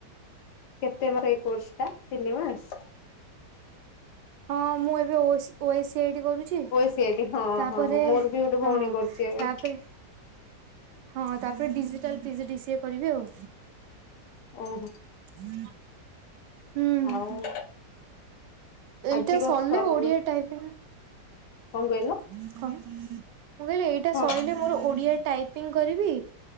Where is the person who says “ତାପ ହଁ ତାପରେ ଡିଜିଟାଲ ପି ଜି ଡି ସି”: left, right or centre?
Right